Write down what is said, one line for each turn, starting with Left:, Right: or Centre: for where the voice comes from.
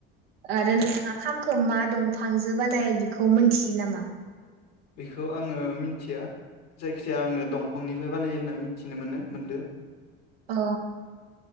Right: आरो नोंथाङा खामखौ मा दंफांजों बानाय बेखौ मोनथियो नामा
Left: बेखौ आङो मिथिया जायखिजाया आङो दंफांनिफ्राय बानायो होनना मिथिनो मोनो मोनदों
Right: औ